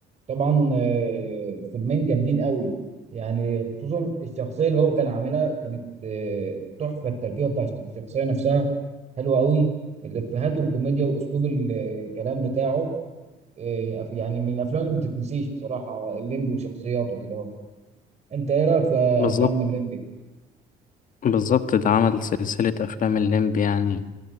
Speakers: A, on the right; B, on the left.
A: طبعا آه، فيلمين جامدين قوي يعني خصوصا الشخصيه اللي هو كان عاملها كانت آه، تحفه التركيبه بتاع الشخصيه نفسها حلوه قوي الافيهات والكوميديا واسلوب الكلام بتاعه آه، يعني من الافلام اللي ما تتنسيش بصراحه الليمبي وشخصياته كده انت ايه رايك في
B: بالظبط
A: افلام الليمبي
B: بالظبط ده عمل سلسلة أفلام الليمبي يعني